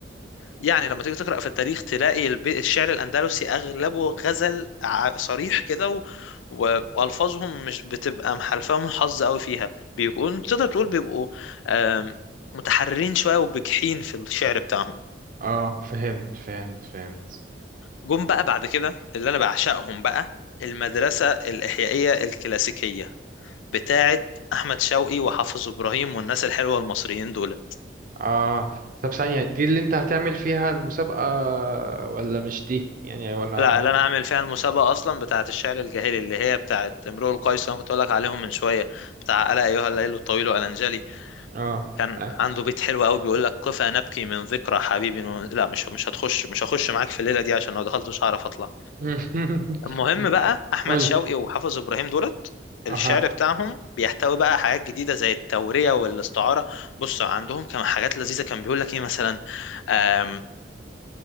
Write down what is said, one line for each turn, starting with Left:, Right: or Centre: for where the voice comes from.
Left: يعني لما تيجي تقرأ في التاريخ تلاقي الب... الشعر الأندلسي أغلبه غزل ع- صريح كده و... و- وألفاظهم مش بتبقى محلفاهم حظ قوي فيها بيكون تقدر تقول بيبقوا آم، متحررين شوية وبجحين في الشعر بتاعهم
Right: اه فهمت فهمت فهمت
Left: جم بقى بعد كده اللي انا بعشقهم بقى المدرسة الإحيائية الكلاسيكية بتاعة أحمد شوقي وحافظ إبراهيم والناس الحلوة المصريين دول
Right: اه طب ثانية دي اللي انت هتعمل فيها المسابقة ولا مش دي يعني ولا
Left: لا اللي انا هعمل فيها المسابقة اصلا بتاعة الشعر الجاهلي اللي هي بتاعة امرؤ القيس اللي انا كنت اقول لك عليهم من شوية بتاع ألا ايها الليل الطويل ألنجلي
Right: اه
Left: كان
Right: أي.
Left: عنده بيت حلو قوي بيقول لك قفا نبكي من ذكرى حبيبي نو... لا مش مش هتخش مش هخش معاك في الليلة دي عشان لو دخلت مش هعرف اطلع
Right: <laughs>
Left: المهم بقى احمد
Right: قولي
Left: شوقي وحافظ ابراهيم دولت الشعر
Right: اها
Left: بتاعهم بيحتوي بقى حاجات جديده زي التوريه والاستعاره بص عندهم كان حاجات لذيذه كان بيقول لك ايه مثلا آم،